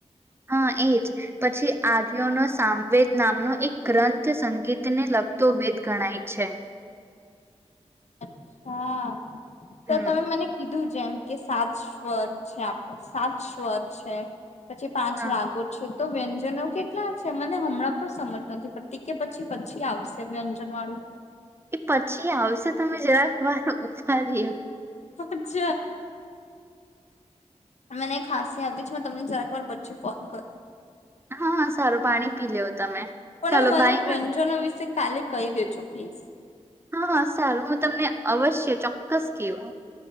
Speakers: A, on the right; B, on the left.
A: હા, એજ પછી આર્યોનો સામવેદ નામનો એક ગ્રંથ સંગીતને લગતો વેદ ગણાય છે.
B: અત હા. તો
A: હમ
B: તમે મને કીધું જ જેમ કે સાત સ્વર છે આપડા સાત સ્વર છે. પછી પાંચ
A: હા
B: રાગો છે. તો વ્યંજનો કેટલા છે, મને હમણાં પણ સમજ નથી પડતી કે પછી પછી આવશે વ્યંજનવાળું.
A: એ પછી આવશે તમે જરાક વાર ઉભા રયો.
B: અચ્છ, મને ખાસી આવતી જ મેં તમને જરાકવાર પછી ફોન કરું.
A: હા હા, સારું પાણી પી લેવ તમે
B: પણ
A: ચાલો
B: મને
A: ભાઈ હા.
B: વ્યંજનો વિશે કાલે કહી દેજો પ્લીઝ.
A: હા હા, સારું હું તમને અવશ કે ચોક્કસ કેવા